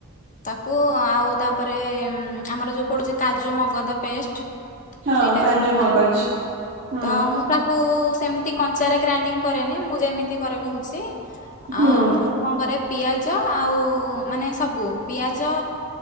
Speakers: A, on the left; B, on the right.
A: ତାକୁ ଆଉ ତାପରେ ଆମର ଯୋଉ ପଡୁଛି କାଜୁ ମଗଦ ପେଷ୍ଟ।
B: ହଁ
A: ସେଇଟା
B: କାଜୁ
A: ବି ଦରକାର
B: ମଗଜ ହୁଁ
A: ତ ମୁଁ ତାକୁ। ସେମିତି କଞ୍ଚାରେ ଗ୍ରାଇଣ୍ଡିଙ୍ଗ କରେନି ମୁଁ ଯେମିତି କରେ କହୁଛି
B: ହୁଁ
A: ଆ ମୁଁ କଣ କରେ। ପିଆଜ ଆଉ ମାନେ ସବୁ ପିଆଜ